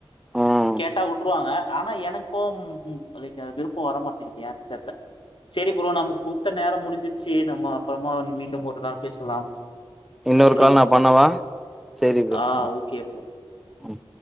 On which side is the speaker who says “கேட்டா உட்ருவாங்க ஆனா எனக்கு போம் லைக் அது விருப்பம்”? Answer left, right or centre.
Left